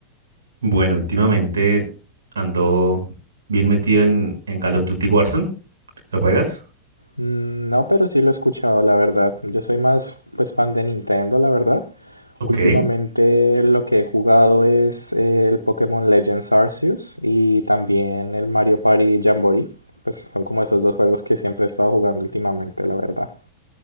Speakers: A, on the right; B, on the left.
A: Bueno, últimamente ando bien metido en, en Call of Duty Warzone. ¿Lo juegas?
B: Mm, No, pero sí lo he escuchado, la verdad. Yo soy más pues fan de Nintendo, la verdad.
A: Ok.
B: Últimamente lo que he jugado es eh, el Pokémon Legends Arceus y también el Mario Party Jamboree. Pues son como esos dos juegos que siempre he estado jugando últimamente, la verdad.